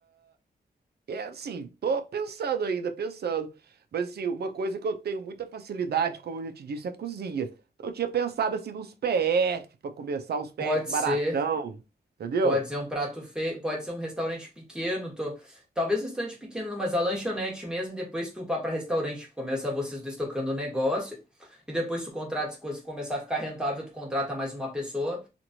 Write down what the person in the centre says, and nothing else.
Pode ser,
pode ser um prato feio, pode ser um restaurante pequeno, tô... talvez um restaurante pequeno, não, mas a lanchonete mesmo, depois tu pá pra restaurante, tipo, começa vocês dois tocando o negócio e depois tu contrata, se coisa começar a ficar rentável, tu contrata mais uma pessoa